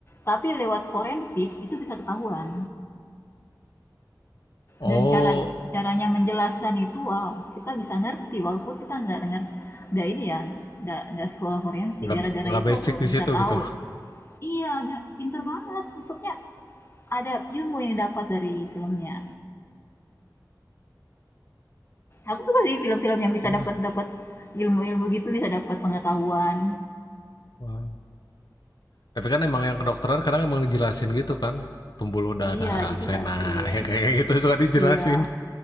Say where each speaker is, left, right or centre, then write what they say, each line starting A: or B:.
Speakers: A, on the left; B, on the left.
A: tapi lewat forensik itu bisa ketahuan
B: oh
A: dan cara caranya menjelaskan itu wow kita bisa ngerti walaupun kita nggak dengar nggak ini ya nggak nggak sekolah forensik
B: nggak
A: gara-gara
B: nggak
A: itu
B: basic
A: aku
B: di
A: bisa
B: situ
A: tahu
B: gitu
A: iya nggak pintar banget maksudnya ada ilmu yang dapat dari filmnya aku suka sih film-film yang bisa
B: oh
A: dapat dapat ilmu-ilmu gitu bisa dapat pengetahuan
B: wah Tapi kan emang yang kedokteran kadang emang dijelasin gitu kan pembuluh darah,
A: iya dijelasin
B: vena, <laughs> ya kayak gitu suka dijelasin.
A: iya